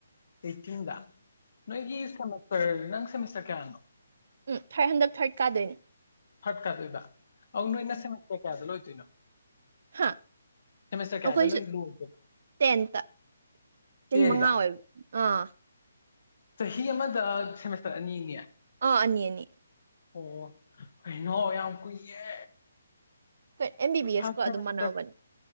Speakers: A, on the left; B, on the right.
A: ꯑꯩꯠꯇꯤꯟꯗ ꯅꯣꯏꯒꯤ ꯁꯦꯃꯤꯁꯇꯔ ꯅꯪ ꯁꯦꯃꯤꯁꯇꯔ ꯀꯌꯥꯅꯣ
B: ꯎꯝ ꯊꯥꯔꯠ ꯍꯟꯗꯛ ꯊꯥꯔꯠ ꯀꯥꯗꯣꯏꯅꯤ
A: ꯍꯠ ꯀꯗꯣꯏꯕ ꯑꯅ ꯏꯅ ꯁꯁ ꯀꯌꯥꯗ ꯂꯣꯏꯗꯣꯏꯅꯣ
B: ꯍꯥ
A: ꯁꯦꯃꯤꯁꯇꯔ ꯀꯌꯥꯗ
B: ꯑꯩꯈꯣꯏꯁꯨ
A: ꯂꯣꯏ ꯂꯣꯏꯗꯣꯏꯅꯣ
B: ꯇꯦꯟꯇ ꯆꯍꯤ
A: ꯇꯦꯟꯗ
B: ꯃꯉꯥ ꯑꯣꯏꯕ ꯑꯥ
A: ꯆꯍꯤ ꯑꯃꯗ ꯁꯦꯃꯤꯁꯇꯔ ꯑꯅꯤꯅꯦ
B: ꯑꯥ ꯑꯅꯤꯑꯅꯤ
A: ꯑꯣ ꯀꯩꯅꯣ ꯌꯥꯝ ꯀꯨꯏꯌꯦ
B: ꯑꯦꯝ ꯕꯤ ꯕꯤ
A: ꯐꯦ
B: ꯑꯦꯁꯀ ꯑꯗꯨꯝ ꯃꯥꯟꯅꯕꯅꯤ
A: ꯐꯦ